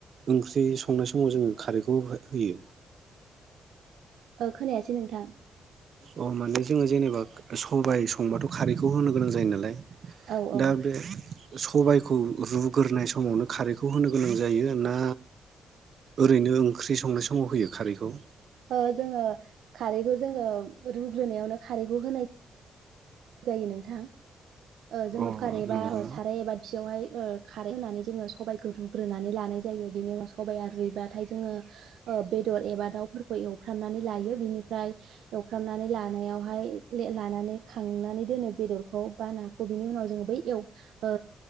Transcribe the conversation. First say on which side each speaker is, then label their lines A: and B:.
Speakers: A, on the right (about 55°); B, on the right (about 85°).
A: ओंख्रि संनाय समाव जोङो खारैखौ होयो।
B: खोनायासै नोंथां
A: अ माने जोङो जेनेबा सबाय संबाथ' खारैखौ होनो गोनां जायो नालाय
B: औ औ
A: दा बे सबायखौ रुग्रोनाय समावनो खारैखौ होनो गोनां जायो ना। ओरैनो ओंख्रि संनाय समाव होयो खारैखौ।
B: ओ जोङो खारैखौ जोङो रुग्रोनायावनो खारैखौ होनाय जायो नोंथां ओ जोङो
A: अ
B: कुकार एबा
A: नंगौ
B: साराय एबा थुसियावहाय ओ खारै होनानै जोङो सबायखौ रुग्रोनानै लानाय जायो बेनि उनाव सबाया रुइबा नाथाय जोङो ओ बेदर एबा दाउफोरखौ एवफ्रामनानै लायो बिनि ओमफ्राय एवफ्रामनानै लानायावहाय ले-लानानै खांनानै दोनो बेदरखौ बा नाखौ बिनि उनाव जों बै एव ओ